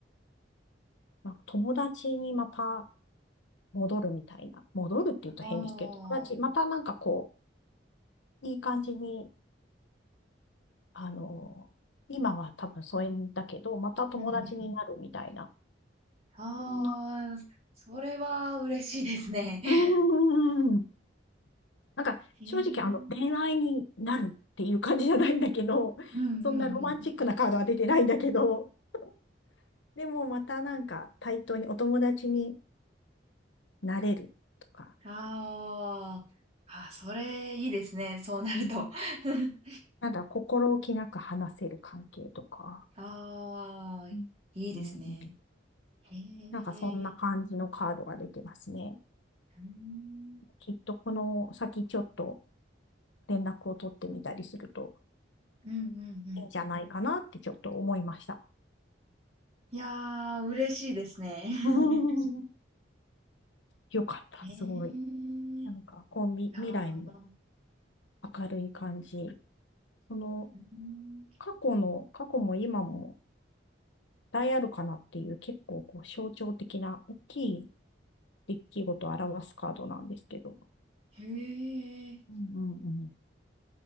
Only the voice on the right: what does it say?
はあ。
うんうん。ああ、
それは嬉しいですね。<laughs>
へえ。
うんうんう
ん。ああ。あ、それいいですね。そうなると。
<laughs>
ああ、いいですね。
へ
え。うーん。
うんうんう
ん。いやー、嬉しいですね。<laughs>
ええい
やー、
うー
ん、
へえ、